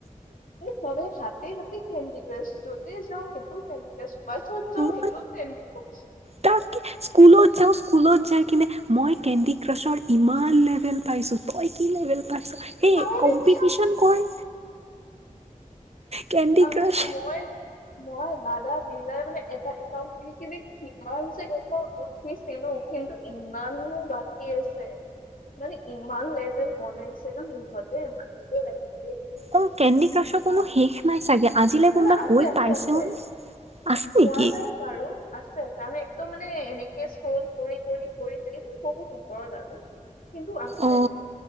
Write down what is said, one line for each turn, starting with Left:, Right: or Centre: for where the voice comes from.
Left: সবাই হাতে হাতে কেণ্ডি <unintelligible> য'তে যাওঁ সেইটোও ফ্ৰেণ্লিকাছ বা য'ত যাওঁ সেইটোও
Right: অ'
Left: ফ্ৰেণ্ডলিকা <unintelligible>
Right: তাকে স্কুলত যাওঁ, স্কুলত যাই কিনে মই কেণ্ডি ক্ৰাছৰ ইমান লেভেল পাইছোঁ। তই কি লেভেল পাইছ? সেই
Left: আৰে
Right: কম্পিটিশন কৰে কেণ্ডি
Left: আমি,
Right: ক্ৰাছ
Left: মই মই দাদা মিলাই মানে, এটা একাউণ্ট দি কিনি কিমান সিনো কিন্তু, ইমানবোৰ বাকী আছে মানে ইমান লেভেল বনাইছে ন, ইহঁতে নিজে লাগিব দেই
Right: অ', কেণ্ডি ক্ৰাছৰ কোনো
Left: বা-
Right: শেষ নাই চাগে আজিলৈ
Left: নাই
Right: কোনোবা
Left: নাই আছে
Right: গৈ
Left: আছে
Right: পাইছে,
Left: আছে
Right: আছে
Left: পোৱা
Right: নেকি?
Left: নাই বাৰু আছে- আছে আমি একদম মানে এনেকে স্ক্ৰন কৰি -কৰি -কৰি তেনিমিনি বহুত ওপৰত আৰু কিন্তু আছে
Right: অ